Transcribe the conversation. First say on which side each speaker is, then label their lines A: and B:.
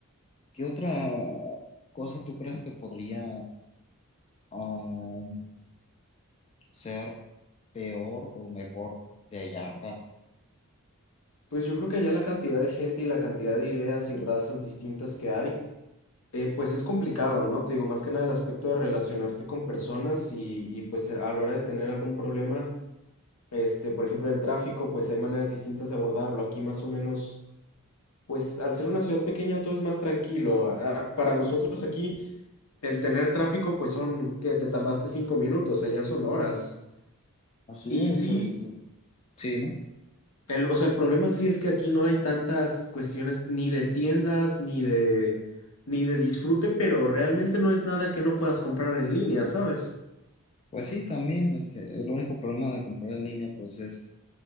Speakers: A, on the left; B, on the left.
A: ¿qué otra cosa tú crees que podría um, ser peor o mejor de allá a acá?
B: Pues yo creo que ya la cantidad de gente y la cantidad de ideas y razas distintas que hay, eh, pues es complicado, ¿no? Te digo, más que nada el aspecto de relacionarte con personas y, y pues a la hora de tener algún problema, este, por ejemplo, el tráfico, pues hay maneras distintas de abordarlo. Aquí más o menos, pues al ser una ciudad pequeña todo es más tranquilo. A- a- Para nosotros aquí, el tener tráfico, pues son que te tardaste cinco minutos, allá son horas.
A: Así
B: Y
A: es,
B: sí,
A: este, Sí, dime.
B: El, o sea, el problema sí es que aquí no hay tantas cuestiones ni de tiendas, ni de, ni de disfrute, pero realmente no es nada que no puedas comprar en línea, ¿sabes?
A: Pues sí, también, este, el único problema de comprar en línea, pues es